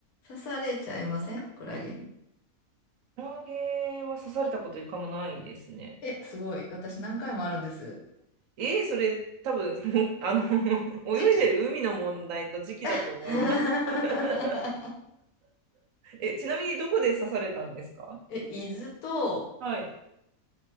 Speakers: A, on the left; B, on the right.
A: 刺されちゃいませんクラゲに。
B: クラゲは刺されたこと一回もないですね。
A: え、すごい。私何回もあるんです。
B: えー、それ多分、<laughs> もうあの、<laughs> 泳いでる海の問題と時期だと思います。
A: 時期。<laughs>
B: <laughs> え、ちなみにどこで刺されたんですか
A: え、伊豆と、
B: はい。